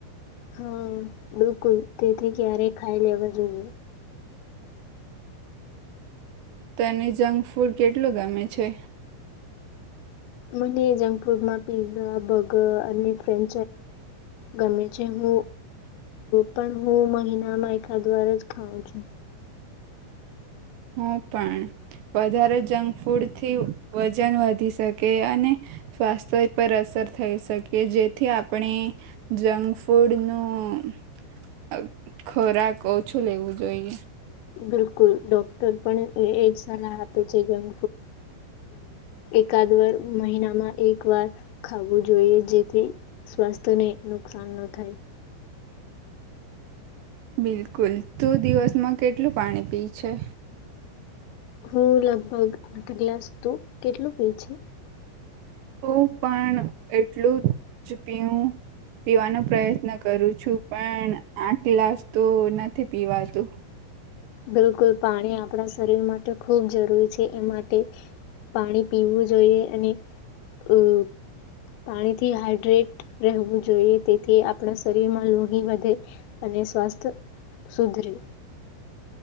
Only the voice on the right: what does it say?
તો એને જંક ફૂડ કેટલું ગમે છે.
હ પણ વધારે જંક ફૂડથી વજન વધી શકે અને સ્વાસ્થ્ય પર અસર થઈ શકે જેથી આપણે જંક ફૂડ નું ખોરાક ઓછું લેવું જોઈએ
બિલકુલ તું દિવસમાં કેટલું પાણી પી છે.
હું પણ એટલું જ પી પીવાનો પ્રયત્ન કરું છું પણ આઠ ગ્લાસ તો નથી પીવાતું.